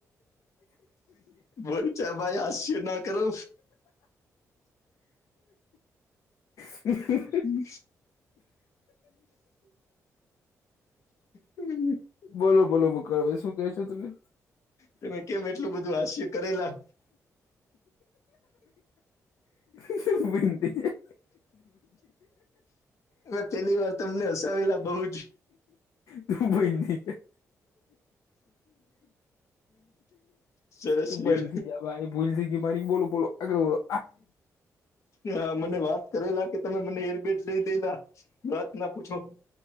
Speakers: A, on the left (about 60°); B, on the left (about 75°).
A: બરચ ભાઈ આસ્ય ના કરો.
B: હમ્મ.
A: હમ્મ. હમ્મ.
B: બોલો બોલો મુકો ભાઈ શું કેહે છો તમે?
A: તમે કેમ એટલું બધું હાસ્ય કરેલા?
B: <unintelligible> બને
A: મે પેલી વાર તમને હસાવેલા બઉુ જ.
B: તું બેઈની કર
A: સરસ
B: તું
A: લ્યો.
B: બનતી જા ભાઈ ભૂલ થઈ ગઈ મારી બોલો બોલો આગલો બલો?
A: હ મને વાત કરે નાખી. તમે મને હેરબેટ લઈ દેલા વાત ના પૂછો.